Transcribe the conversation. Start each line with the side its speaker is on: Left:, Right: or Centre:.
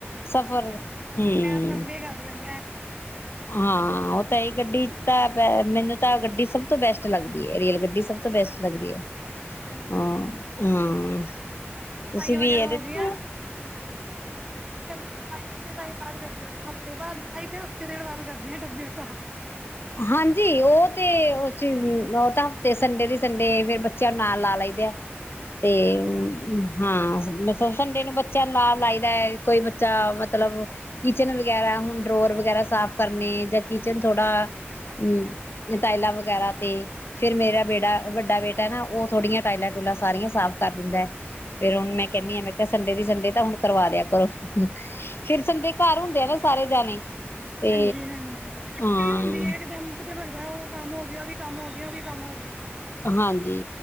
Left: ਸਫ਼ਰ, ਹਮ
Right: ਪੈਰ ਲੰਬੇ ਕਰ ਲੈਂਦਾ ਹੈ।
Left: ਹਾਂ, ਉਹ ਤੇ ਹੈ ਈ, ਗੱਡੀ ਤਾਂ ਮੈਨੂੰ ਤਾਂ ਗੱਡੀ ਸਭ ਤੋਂ ਬੈਸਟ ਲੱਗਦੀ ਰੇਲ ਗੱਡੀ
Right: ਹਾਂਜੀ,
Left: ਸਭ ਤੋਂ ਬੈਸਟ ਲੱਗਦੀ ਏ,
Right: ਹਾਂਜੀ
Left: ਹਾਂ, ਹਮ,
Right: ਹੋਰ ਸਫਾਈਆਂ
Left: ਤੁਸੀਂ ਵੀ
Right: ਵਗੈਰਾ
Left: ਇਹਦੇ
Right: ਹੋ
Left: ਤੇ
Right: ਗਈਆਂ? ਕਿਚਨ ਦੀ ਸਫਾਈ ਕਿੰਨੇ ਟਾਈਮ ਬਾਅਦ ਕਰਦੇ ਹੋ? ਹਫ ਹਫਤੇ ਬਾਅਦ, ਅਸੀ ਤੇ ਹਫਤੇ ਡੇਢ ਬਾਅਦ ਕਰਦੇ ਆ ਡੱਬੇ ਸਾਫ।
Left: ਹਾਂਜੀ ਉਹ ਤੇ ਉਹ ਤਾਂ ਹਫ਼ਤੇ ਸੰਡੇ ਦੇ ਸੰਡੇ ਫਿਰ ਬੱਚਿਆਂ ਨੂੰ ਨਾਲ ਲਾ ਲਈਦੇ ਹੈ ਤੇ ਹਾਂ ਸੰਡੇ ਨੂੰ ਬੱਚਿਆਂ ਨੂੰ ਨਾਲ ਲਾਈ ਦਾ ਹੈ ਕੋਈ ਬੱਚਾ ਮਤਲਬ ਕਿਚਨ ਵਗੈਰਾ, ਹੁਣ ਡਰੋਰ ਵਗੈਰਾ, ਸਾਫ਼ ਕਰਨੇ ਜਾਂ ਕਿਚਨ ਥੋੜਾ ਹਮ ਟਾਇਲਾਂ ਵਗੈਰਾ, ਤੇ ਫਿਰ ਮੇਰਾ ਬੜਾ ਵੱਡਾ ਬੇਟਾ ਨਾ ਉਹ ਥੋੜੀਆਂ ਟਾਇਲਾਂ ਟੂਲਾਂ ਸਾਰੀਆਂ ਸਾਫ਼ ਕਰ ਦਿੰਦਾ ਫੇਰ ਹੁਣ ਮੈਂ ਕਹਿੰਦੀ ਆਂ ਮੈਂ ਕਿਹਾ ਸੰਡੇ ਦੀ ਸੰਡੇ ਤਾਂ ਹੁਣ ਕਰਵਾ ਦਿਆ ਕਰੋ ਫਿਰ ਸੰਡੇ ਘਰ ਹੁੰਦੇ ਆ ਨਾ ਸਾਰੇ ਜਾਣੇ ਤੇ
Right: ਹਾਂਜੀ ਹਾਂਜੀ ਛੁੱਟੀ
Left: ਹਾਂ
Right: ਹੁੰਦੀ ਹੈ ਇਕਦਮ। ਫਿਰ ਲੱਗਦਾ ਉਹ ਕੰਮ ਹੋ ਗਿਆ, ਉਹ ਵੀ ਕੰਮ ਹੋ ਗਿਆ, ਉਹ ਵੀ ਕੰਮ ਹੋ ਗਿਆ।
Left: ਹਾਂਜੀ